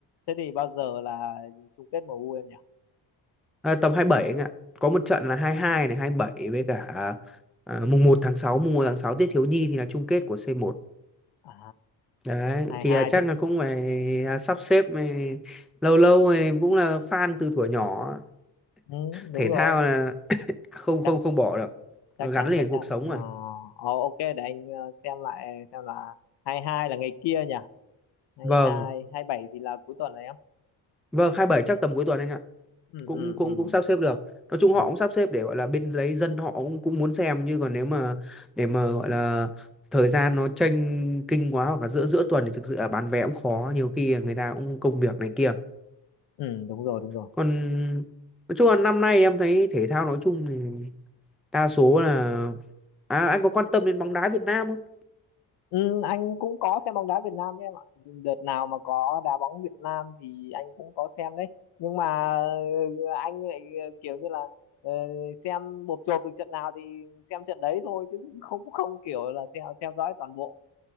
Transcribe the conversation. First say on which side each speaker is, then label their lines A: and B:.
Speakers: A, on the left; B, in the centre.
A: thế thì bao giờ là chung kết MU em nhỉ
B: À, tầm 27 anh ạ. Có một trận là 22 này hai mươi bảy với cả à, mùng một tháng sáu mùng một tháng 6 Tiết Thiếu Nhi thì là chung kết của c một
A: à
B: Đấy,
A: hai
B: thì
A: hai
B: à, chắc
A: tự
B: là cũng phải à, sắp xếp à, lâu lâu à, cũng là fan từ thuở nhỏ.
A: ừ, đúng
B: Thể
A: rồi
B: thao là không
A: chắc
B: không không bỏ được.
A: chắc
B: Nó gắn
A: chắn
B: liền
A: chắc
B: cuộc
A: chắn
B: sống
A: ờ
B: rồi.
A: ờ, ok để anh ờ, xem lại xem là hai hai là ngày kia nhỉ hai
B: Vâng,
A: hai hai bảy thì là cuối tuần này em
B: vâng 27 chắc tầm cuối tuần anh ạ.
A: ừ
B: cũng
A: ừ
B: cũng
A: ừ
B: cũng sắp xếp được nói chung
A: ừ
B: họ cũng sắp xếp để gọi là bên đấy dân họ cũng cũng muốn xem chứ còn nếu mà để mà gọi là thời gian nó chênh kinh quá hoặc là giữa giữa tuần thì thực sự là bán vé cũng khó nhiều khi là người ta cũng công việc này kia
A: ừ đúng rồi đúng rồi
B: còn nói chung là năm nay em thấy thể thao nói chung thì đa số là à, anh có quan tâm đến bóng đá Việt Nam không
A: ừ, anh cũng có xem bóng đá Việt Nam đấy em ạ đợt nào mà có đá bóng Việt Nam thì anh cũng có xem đấy nhưng mà ừ, anh lại ờ, kiểu như là ờ, xem bộp chộp được trận nào thì xem trận đấy thôi chứ không không kiểu là theo theo dõi toàn bộ